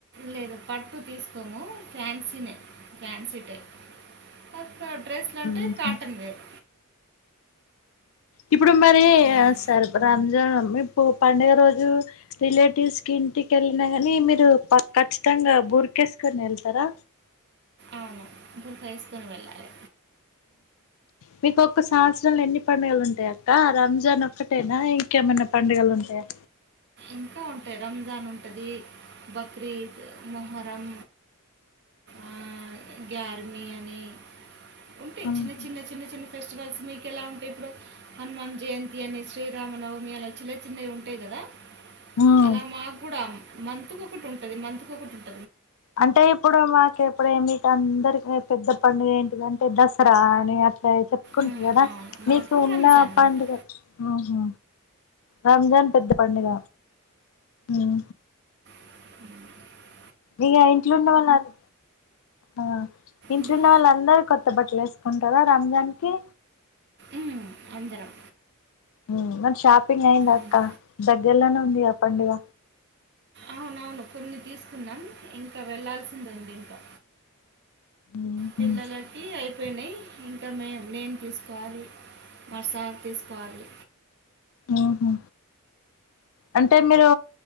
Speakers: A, on the right; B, on the left.
A: లేదు పట్టు తీసుకోము ఫ్యాన్సీనే ఫ్యాన్సీ టైప్ డ్రెస్ లంటే
B: ఉహు
A: కాటన్ వేర్
B: ఇప్పుడు మరి
A: హ్మ్.
B: ఆ సర్బరంజాన్ మీరుపంండగ రోజు రిలేటివ్స్ కి ఇంటికి ఎల్లినగని మీరు ప ఖచ్చితంగా బుర్కేసుకుని వెళ్తారా
A: అవునా ఇప్పుడు క్రైస్తవెళ్ళాలి
B: మీకు ఒక్క సంవత్సరంలో ఎన్ని పండుగలు ఉంటాయి అక్ ఆ రంజాన్ ఒక్కటేనా ఇంకేమన్న పండుగలు ఉంటాయా?
A: ఇంకా ఉంటాయి రంజాన్ ఉంటది బక్రీద్, మొహరం ఆ గ్యార్మి అని ఉంటాయ్
B: ఆహా.
A: చిన్న చిన్న చిన్న చిన్న ఫెస్టివల్స్ మీకు ఎలా ఉంటాయి ఇప్పుడు హనుమాన్ జయంతి అని శ్రీరామనవమి అలా చిన్న చిన్నవి ఉంటాయి గదా
B: ఉమ్.
A: అలా మాక్ గుడా మ్ మంతుకు ఒకటి ఉంటది మంతుకు ఒకటి ఉన్
B: అంటే ఇప్పుడు మాకు ఎపుడైంది అందరికి ఎ పెద్ద పండుగ ఏంటిదంటే దసరా అని అ ఎ చెప్పుకుంటరు
A: ఉమ్,
B: కదా
A: అవును మాకు
B: మీకు ఉన్న
A: రంజాన్ అన్నట్టు
B: పండుగ ఉ హు రంజాన్ పెద్ద పండుగ ఉ హు
A: ఉ
B: ఇగ ఇంట్లున్న వాళ్లంద్ ఆ ఇంట్లున్న
A: ఉమ్,
B: వాళ్లందరు కొత్త బట్లెసి ఉంటదా రంజాన్ కి
A: ఉ అందరం
B: మ్ మరి షాప్ టిఫినయిందా అక్క
A: ఉమ్.
B: దగ్గర్లోనే ఉందిఆ పండుగ
A: అవునవును కొన్ని తీసుకున్నాం ఇంకా వెళ్లాల్సింది ఉంది ఇంకా
B: మ్మ్
A: పిల్లలకి అయిపోయినయ్ ఇంకా మేమ్ నేన్ తీసుకోవాలి మా సార్ తీసుకోవాలి.
B: మ్ హు అంటే మీరు